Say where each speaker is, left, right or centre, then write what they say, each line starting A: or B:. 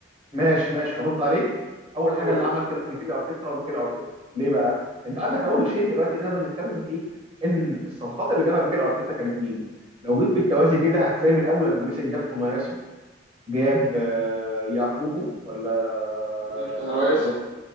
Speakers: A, on the right; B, on the right.
A: ماشي ماشي ارد عليك اول حاجه
B: قول
A: اللي عمل كده في ميكيل ارتيتا هو ميكيل ارتيتا ليه بقى انت عندك اول شيء دلوقتي نقدر نتكلم فيه ان الصفقات اللي جابها ميكيل ارتيتا كانت مين لو جيت بالتوازي كده هتلاقي من اول لما مسك جاب توماسو جاب آه، ياكوبو ولا آه،
B: وديكلان رايس
A: الو...